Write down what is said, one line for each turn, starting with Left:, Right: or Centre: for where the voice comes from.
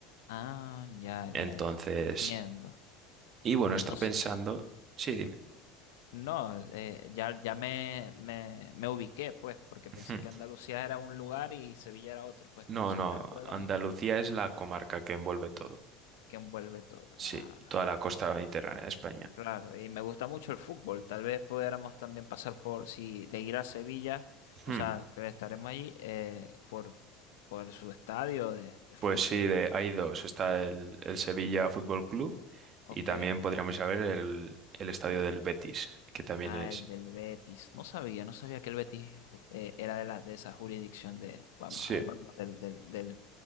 Left: Ah, ya, ya
Right: Entonces,
Left: es, entiendo.
Right: y bueno,
Left: Entonces,
Right: estoy pensando, sí, dime.
Left: No, eh, ya, ya me, me, me ubiqué, pues, porque
Right: <laughs>
Left: pensé que Andalucía era un lugar y Sevilla era otro, pues,
Right: No,
Left: pero si
Right: no,
Left: está dentro de
Right: Andalucía
Left: la misma,
Right: es la comarca que envuelve todo.
Left: que envuelve todo.
Right: Sí,
Left: Ah,
Right: toda la costa mediterránea de España.
Left: claro, y me gusta mucho el fútbol. Tal vez pudiéramos también pasar por, si de ir a Sevilla,
Right: Hmm,
Left: o sea, que estaremos allí, eh, por, por su estadio de, de fútbol.
Right: Pues sí, de, hay dos. Está el, el Sevilla Fútbol Club
Left: Ok.
Right: y también podríamos saber el, el estadio del Betis, que también
Left: Ah,
Right: es.
Left: el del Betis. No sabía, no sabía que el Betis eh, era de, la, de esa jurisdicción de, vamos,
Right: Sí,
Left: a- vamos, del, del, del,